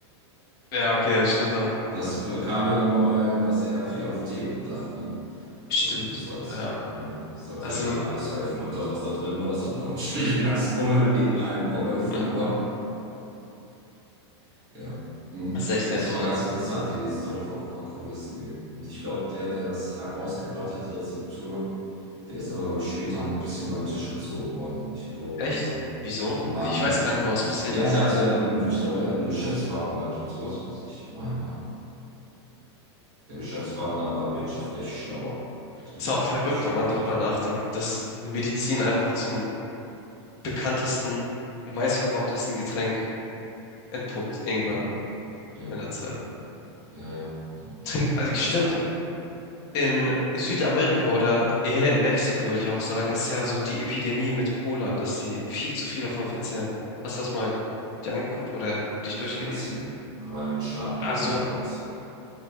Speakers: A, on the left; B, on the right.
A: Ja, okay, das stimmt auch.
B: Das äh, kam ja irgendwann mal, war das ja eher für die Apotheke gedacht, ne?
A: Stimmt,
B: Das gute Zeugs.
A: ja.
B: Mhm. Das sollte
A: Also,
B: ja gegen alles helfen. Und das, was da drin war, das hat auch <laughs> nicht im ersten Moment gegen allem geholfen,
A: <laughs>
B: aber. Ja. Mhm.
A: das ist echt heftig.
B: Das ist aber ganz interessant, die Story von Coca-Cola ist die. Und ich glaube, der, der das herausgebracht hat, die Rezeptur, der ist aber, glaube ich, später ein bisschen über den Tisch gezogen worden. Ich glaube,
A: Echt? Wieso?
B: die Marke
A: Ich weiß
B: hat sich
A: gar nicht
B: dann.
A: mal, was passiert
B: Ja,
A: ist.
B: der hatte, ich glaube, der hat einen Geschäftspartner gehabt und sowas, was ich meine. Der Geschäftspartner war wirtschaftlich schlauer, betriebswirtschaftlich
A: Ist auch verrückt,
B: schlauer
A: wenn man darüber
B: hatte.
A: nachdenkt, dass eine Medizin einfach zum bekanntesten, meistverkauftesten Getränk entpuppt irgendwann
B: Ja, ja,
A: in der Zeit.
B: ja, ja.
A: Trink, also
B: Und
A: ich,
B: was
A: stimmt,
B: sein?
A: in Südamerika oder eher in Mexiko würde ich auch sagen, ist ja so die Epidemie mit Cola, dass die viel zu viel davon verzehren. Hast du das mal dir angeguckt oder dich durchgelesen?
B: Weiß ich nicht. Aber in den Staaten
A: Also
B: nicht, oder was?